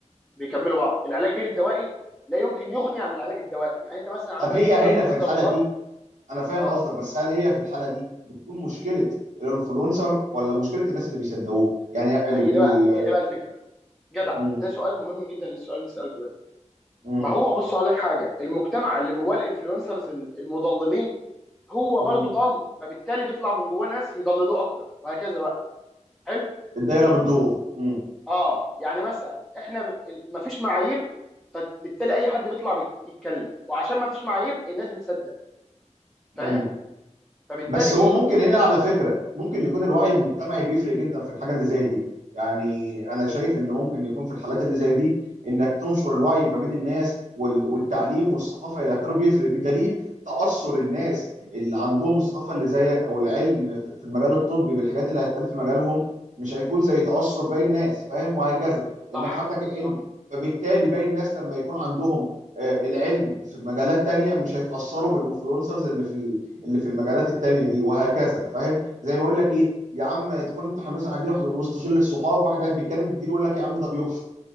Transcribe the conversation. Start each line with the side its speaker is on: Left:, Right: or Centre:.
Centre: بيكملوا بعض العلاج غير الدوائي لا يمكن يغني عن العلاج الدوائي يعني انت مثلا عندك
Right: طب هي
Centre: مثلا
Right: هنا
Centre: لا قدر
Right: في الحالة
Centre: الله
Right: دي انا فاهم
Centre: اه
Right: قصدك بس هل هي في الحالة دي بتكون مشكلة الانفلونسر ولا مشكلة الناس اللي بيصدقوه يعني
Centre: ما
Right: ال
Centre: هي دي
Right: ال
Centre: بقى هي دي بقى الفكره جدع
Right: مم،
Centre: ده سؤال مهم جدا للسؤال اللي انت سالته ده
Right: مم،
Centre: ما هو بص اقول لك حاجه المجتمع اللي جواه الانفلونسرز المضللين هو
Right: مم.
Centre: برضو ضال فبالتالي بيطلع من جواه ناس يضللوه اكتر وهكذا بقى حلو
Right: الدايرة بتدور مم،
Centre: اه يعني مثلا احنا ب- ال- مفيش معايير فبالتالي اي حد بيطلع بيك- يتكلم وعشان مفيش معايير الناس بتصدق فاهم
Right: مم.
Centre: فبالتالي
Right: بس
Centre: ايه
Right: هو ممكن
Centre: هي
Right: هنا على فكرة ممكن يكون الوعي المجتمعي بيفرق جدا في الحاجة اللي زي دي يعني انا شايف ان ممكن يكون في الحالات اللي زي دي انك تنشر الوعي ما بين الناس وال- والتعليم والثقافة الى اخره بيفرق بدليل تأثر الناس اللي عندهم الثقافة اللي زيك او العلم في في المجال الطبي بالحاجات اللي هتقال في مجالهم مش هيكون زي تأثر باقي الناس فاهم وهكذا
Centre: صح
Right: انك عندك العلم
Centre: صح
Right: فبالتالي باقي الناس لما يكون عندهم آه، العلم في مجالات تانية مش هيتأثروا بالانفلونسرز اللي في اللي في المجالات التانية دي وهكذا فاهم زي ما اقول لك ايه يا عم تكون انت مثلا قاعدين واحد وسط شله صحاب واحد قاعد بيتكلم كتير يقول لك يا عم ده بيفشر